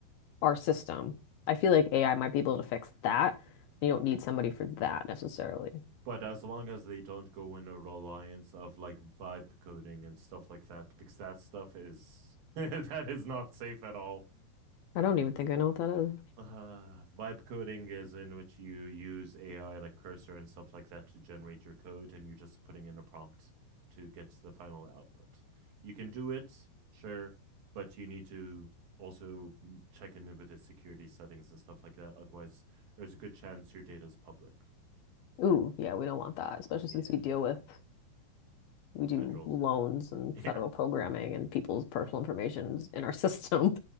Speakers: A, on the left (about 75°); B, on the right (about 55°).
A: our system, I feel like AI might be able to fix that. You don't need somebody for that necessarily.
B: But as long as they don't go in a reliance of like vibe coding and stuff like that, because that stuff is <laughs> that is not safe at all.
A: I don't even think I know what that is.
B: Uh, vibe coding is in which you use AI like cursor and stuff like that to generate your code, and you're just putting in a prompt to get the final output. You can do it, sure, but you need to also check in with the security settings and stuff like that. Otherwise, there's a good chance your data is public.
A: Ooh, yeah, we don't want that, especially
B: Yeah,
A: since we deal with we do
B: federals.
A: loans and
B: <laughs>
A: federal programming and people's personal
B: Yeah.
A: information in our system.